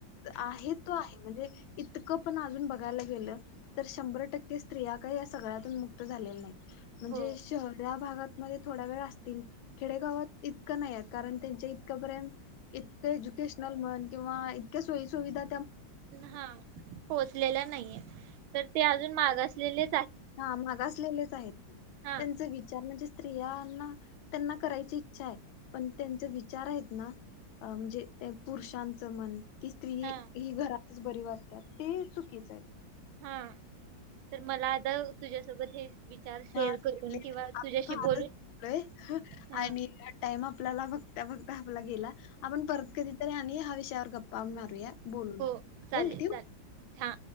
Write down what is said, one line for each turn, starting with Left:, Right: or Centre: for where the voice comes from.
Left: आहे तो आहे म्हणजे इतकं पण अजून बघ घाय गेलं तर शंभर टक्के स्त्रिया का सगळ्यातून मुक्त झालेल्या नाहीत म्हणजे
Right: हो
Left: शहरा गातमध्ये थोड वेळ अस खेडेगावात इतक नाही कारण त्यांच्या इतक पर्यंत इतक एज्युकेशनल म्हण किवा इतक्या सोय सुविधा
Right: हा पोहोचलेल्या नाहीये. तर ते अजून मागासलेले
Left: हा मागासलेलेच आहेत त्यांचा
Right: हा
Left: विचार म्हणजे स्त्रियांना त्यांना करायची इच्छा आहे पण त्यांचे विचार आहेत ना म्हणजे ते पुरुषांचं मन की स्त्री
Right: हा
Left: हि घरा बरी वाटत ते चुकीचं आहेत
Right: हा तर मला आता तुझ्यासोबत हे विचार शेअर
Left: हा
Right: करून किंवा तुझ्याशी
Left: आपण फारचोय
Right: बोलून हा
Left: आणि त्या टाइम आपल्याला बघता बघता आपला गेला आपण परत कधीतरी आण हा विषयावर गप्पा मारूया बोलून
Right: हो चालेल
Left: ठेवू
Right: चालेल हा